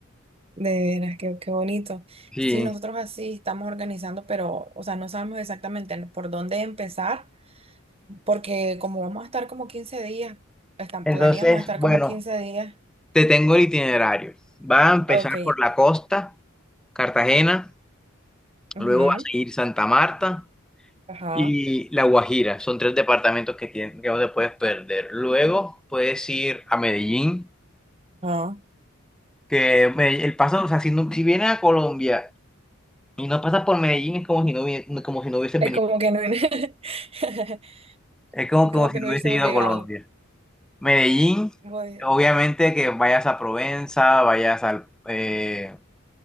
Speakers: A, on the right; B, in the centre.
A: De veras, qué, qué bonito.
B: Sí.
A: Sí, nosotros así estamos organizando, pero, o sea, no sabemos exactamente por dónde empezar, porque como vamos a estar como quince días, están,
B: Entonces,
A: planeamos estar
B: bueno.
A: como 15 días.
B: Te tengo el itinerario. Va a empezar
A: Ok.
B: por la costa, Cartagena,
A: ujú,
B: luego va a seguir Santa Marta
A: Ajá.
B: y La Guajira. Son tres departamentos que, tien- que no te puedes perder. Luego puedes ir a Medellín,
A: Ajá.
B: que Medell- el paso, o sea, si, no- si vienes a Colombia y no pasas por Medellín es como si no, hubie- como si no hubieses
A: Es
B: venido.
A: como que no, <laughs>
B: Es como,
A: es
B: como
A: como
B: si
A: que
B: no
A: no hubiésemos
B: hubieses ido
A: llegado.
B: a Colombia. Medellín,
A: Voy-
B: obviamente que vayas a Provenza, vayas al... eh,